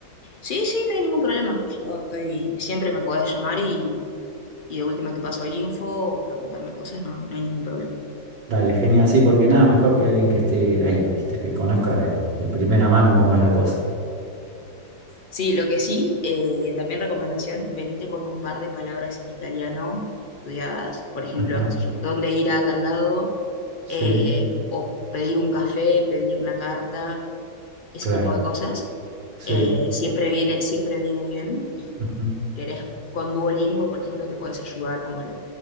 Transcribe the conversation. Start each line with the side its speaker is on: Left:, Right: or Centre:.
Left: sí, sí, no hay ningún problema. Yo estoy, siempre me podés llamar y, y de última te paso info o preguntarme cosas, no, no hay ningún problema.
Right: Dale, genial, sí, porque nada mejor que alguien que esté ahí, ¿viste? Que conozca de, de primera mano cómo es la cosa.
Left: Sí, lo que sí, eh, también recomendación, venite con un par de palabras en italiano estudiadas, por ejemplo,
Right: Ajá.
Left: qué sé yo, dónde ir a tal lado,
Right: Sí,
Left: eh, o pedir un café, pedir la carta, ese
Right: claro,
Left: tipo de cosas,
Right: sí.
Left: eh, siempre viene, siempre viene bien y
Right: ujú.
Left: si querés con Duolingo, por ejemplo, te puedes ayudar como la,